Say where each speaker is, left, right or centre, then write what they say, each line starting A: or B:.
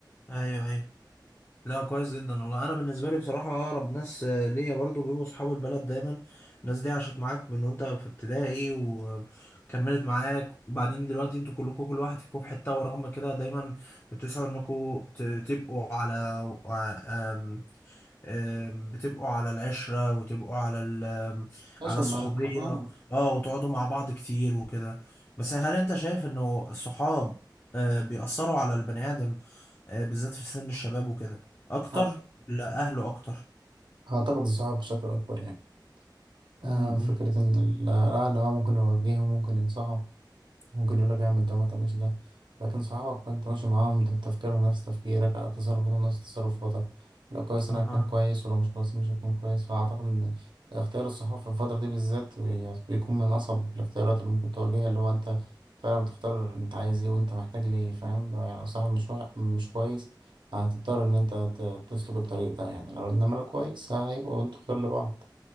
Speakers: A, on the left; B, on the right.
A: ايوه ايوه لا كويس جدا والله انا بالنسبه لي بصراحه اقرب ناس آه، ليا برضو بيبقوا صحاب البلد دايما الناس دي عاشت معاك من وانت في ابتدائي وكملت معاك وبعدين دلوقتي انتوا كلكم كل واحد فيكم في حته ورغم كده دايما بتسعوا انكم ت- تبقوا على آه، آم، آم، بتبقوا على العشره وتبقوا على ال- آم،
B: عشان
A: على الصحوبيه
B: مال اه
A: اه وتقعدوا مع بعض كتير وكده بس هل انت شايف انه الصحاب آه، بيأثروا على البني آدم آه، بالذات في سن الشباب وكده اكتر
B: هت-
A: لا اهله اكتر
B: هعتقد الصحاب بشكل اكبر يعني آه
A: م-
B: فكرة
A: م.
B: ان ال- الاهل اه ممكن يوجههم ممكن ينصحوا ممكن يقول لك اعمل ده وما تعملش ده لكن صحابك انت ماشي معاهم ده تفكيرهم نفس تفكيرك تصرفاتهم نفس تصرفاتك لو كويس انا
A: اها
B: هتكون كويس ولو مش كويس مش هتكون كويس فاعتقد ان اختيار الصحاب في الفترة دي بالذات بيكون من اصعب الاختيارات اللي ممكن تواجهها اللي هو انت فعلا بتختار انت عايز ايه وانت محتاج ليه فاهم لو يعني لو صاحب مش وا- مش كويس هتضطر ان انت ت- تسلك الطريق ده يعني لو انما لو كويس هيبقوا انتوا خير لبعض